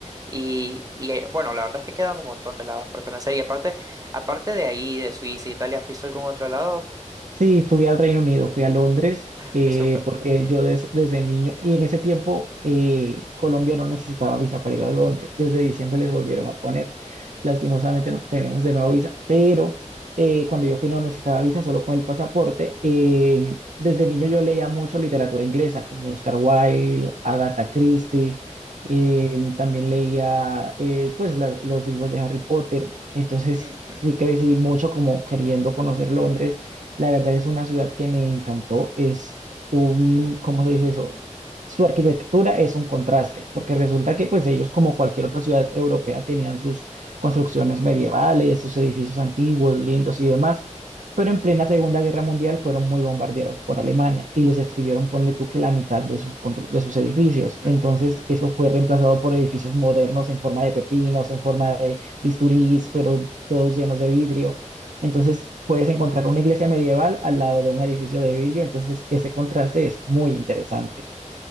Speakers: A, on the right; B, on the right.
A: Y, y eh, bueno, la verdad es que quedan un montón de lados por conocer. Y aparte, aparte de ahí, de Suiza, Italia, ¿fuiste a algún otro lado?
B: Sí, fui al Reino Unido, fui a Londres, eh,
A: Qué súper.
B: porque yo des- desde niño, y en ese tiempo eh, Colombia no necesitaba visa para ir a Londres, desde diciembre
A: Ujú,
B: les volvieron a poner, lastimosamente no tenemos de nuevo visa, pero eh, cuando yo fui no necesitaba visa, solo con el pasaporte. Eh, desde niño yo leía mucho literatura inglesa, como Oscar Wilde, Agatha Christie, eh, también leía eh, pues las- los libros de Harry Potter, entonces
A: ujú,
B: sí crecí mucho como queriendo conocer Londres la verdad es una ciudad que me encantó. Es un, ¿cómo se dice eso? Su arquitectura es un contraste, porque resulta que pues ellos, como cualquier otra ciudad europea, tenían sus construcciones medievales, sus edificios antiguos, lindos y demás, pero en plena Segunda Guerra Mundial fueron muy bombardeados por Alemania y les destruyeron, ponle tú, que la mitad de sus, constru- de sus edificios.
A: ujú.
B: Entonces eso fue reemplazado por edificios modernos en forma de pepinos, en forma de bisturís, pero todos llenos de vidrio. Entonces puedes encontrar una iglesia medieval al lado de un edificio de vidrio, entonces ese contraste es muy interesante.